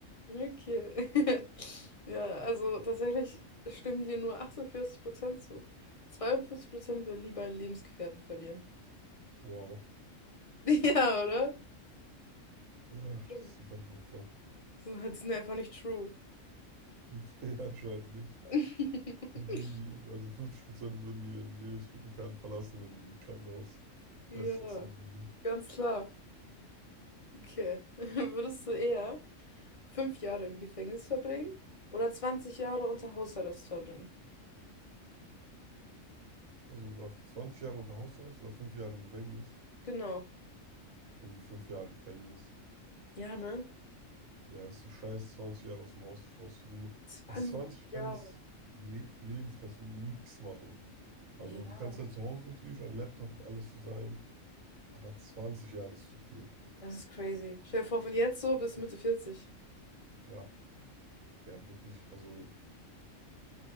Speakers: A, on the left; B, on the right.
A: Okay. <laughs> Ja, also tatsächlich stimmen dir nur 48% zu. 42% würden lieber einen Lebensgefährten verlieren.
B: wow.
A: <laughs> Ja, oder?
B: Ja,
A: Stimmt.
B: das sind halt Opfer.
A: Das sind halt sind einfach nicht true.
B: <laughs> Die anscheinend nicht.
A: <laughs>
B: Die, also 50% würden ihren Lebensgefährten verlassen, wenn die im Krankenhaus
A: Ja,
B: festsitzen oder so.
A: ganz klar. Okay. <laughs> Würdest du eher fünf Jahre im Gefängnis verbringen oder 20 Jahre unter Hausarrest verbringen?
B: Also warte, zwanzig Jahre unter Hausarrest oder 5 Jahre im Gefängnis?
A: Genau.
B: Ich nehme die 5 Jahre Gefängnis.
A: Ja, ne?
B: Ja, ist doch scheiße, 20 Jahre aus dem Haus nicht raus. Du
A: zwanzig
B: hast 20 deines
A: Jahre.
B: Le Lebens, kannst du nichts machen. Also
A: Ja,
B: du kannst halt zu Hause natürlich an Laptop und alles so sein, aber 20 Jahre ist zu viel.
A: das ist crazy. Stell dir vor, von jetzt so bis Mitte vierzig
B: Ja, ja, wirklich. Also